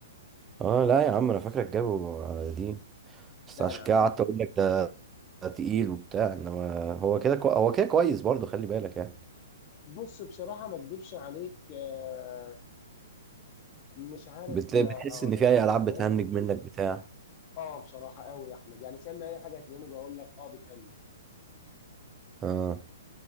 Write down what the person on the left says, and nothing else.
لا
لا
لا
بص بصراحه ما اكدبش عليك آه، مش عارف
آه،
اقولها
لك
ازاي
اه بصراحه قوي يا احمد يعني سمي اي حاجه هتلاقيني بقول لك اه بتهني